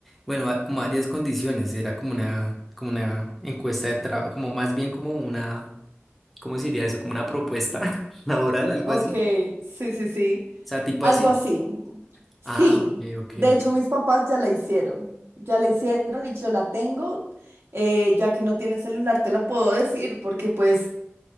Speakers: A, in the centre; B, on the right.
A: bueno, va- como varias condiciones, era como una, como una encuesta de trabajo, como más bien como una, ¿cómo se diría eso? Como una propuesta <laughs> laboral, algo
B: Ok,
A: así,
B: sí, sí, sí.
A: o sea, tipo
B: Algo
A: así.
B: así. Sí,
A: Ah, ok, ok,
B: de hecho
A: ok.
B: mis papás ya la hicieron. Ya la hicieron y yo la tengo. Eh, ya que no tiene celular, te la puedo decir porque pues...